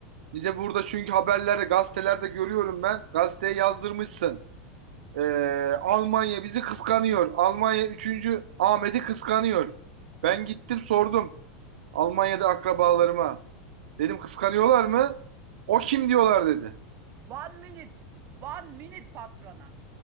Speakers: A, on the right; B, on the right.
A: Bize burada çünkü haberlerde gazetelerde görüyorum ben. Gazeteye yazdırmışsın. Ee, Almanya bizi kıskanıyor. Almanya üçüncü Ahmet'i kıskanıyor. Ben gittim sordum. Almanya'da akrabalarıma. Dedim kıskanıyorlar mı? O kim diyorlar dedi.
B: One minute, one minute patrona.